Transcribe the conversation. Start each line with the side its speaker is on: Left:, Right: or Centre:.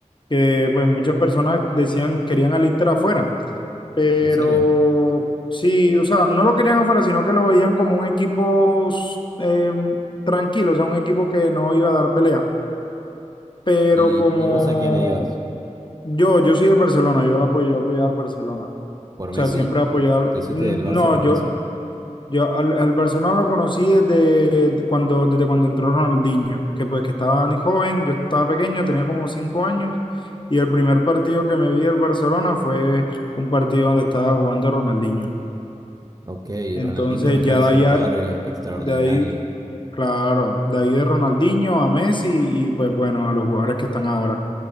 Left: que pues muchas personas decían querían al Inter afuera, pero
Right: ¿en serio?
Left: sí, o sea, no lo querían afuera, sino que lo veían como un equipo eh, tranquilo, o sea, un equipo que no iba a dar pelea, pero
Right: ¿Y,
Left: como
Right: y vos a quién le ibas?
Left: yo, yo soy del Barcelona, yo lo apoyo, yo he apoyado al Barcelona. O
Right: ¿Por
Left: sea,
Right: Messi?
Left: siempre he apoyado. al-
Right: ¿Te hiciste del
Left: No,
Right: Barça por
Left: yo,
Right: Messi?
Left: yo al, al Barcelona lo conocí desde de cuando, desde cuando entró Ronaldinho, que pues que estaba ni joven, yo estaba pequeño, tenía como cinco años, y el primer partido que me vi del Barcelona fue un partido donde estaba jugando Ronaldinho.
Right: Ok,
Left: Entonces
Right: Ronaldinho me
Left: ya
Right: parece
Left: de ahí,
Right: un jugador
Left: a-
Right: eh, extraordinario.
Left: de ahí, claro, de ahí de Ronaldinho a Messi y pues bueno, a los jugadores que están ahora.